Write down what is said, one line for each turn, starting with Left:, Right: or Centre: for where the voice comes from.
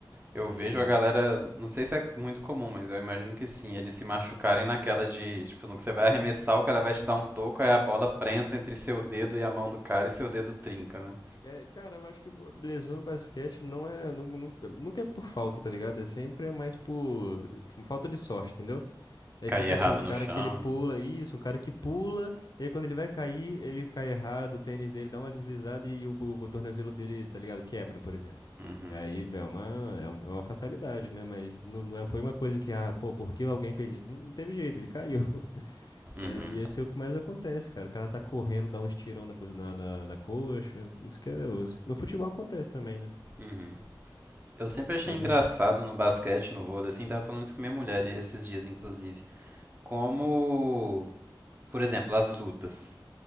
Right: Eu
Left: Sim,
Right: vejo
Left: é.
Right: a galera, não sei se é muito comum, mas eu imagino que sim, eles se machucarem naquela de, tipo, no que você vai arremessar, o cara vai te dar um toco, aí a bola prensa entre seu dedo e a mão do cara e seu dedo trinca, né?
Left: É, cara, eu acho que bo- lesão no basquete não é, nu- nu- nunca é por falta, tá ligado? É sempre é mais por por falta de sorte, entendeu? É
Right: Cair
Left: tipo
Right: errado
Left: assim, um
Right: no
Left: cara
Right: chão,
Left: que ele pula,
Right: né?
Left: isso, um cara que pula, e aí quando ele vai cair, ele cai errado, o tênis dele dá uma deslizada e o, bu- o tornozelo dele, tá ligado? Quebra, por exemplo.
Right: Uhum,
Left: E aí é uma, é um- é uma fatalidade, né? Mas não, não é- foi uma coisa que, ah, pô, por que alguém fez isso? Não, não teve jeito, ele caiu. <laughs>
Right: uhum,
Left: É, e esse é o que mais acontece, cara. O cara tá correndo, dá um estirão na, co- na, na, na coxa, isso que é osso. No futebol acontece também, né?
Right: uhum. Eu sempre achei
Left: Mas,
Right: engraçado
Left: fut-
Right: no basquete, no vôlei, assim, tava falando isso com minha mulher esses dias, inclusive. Como, por exemplo, as lutas.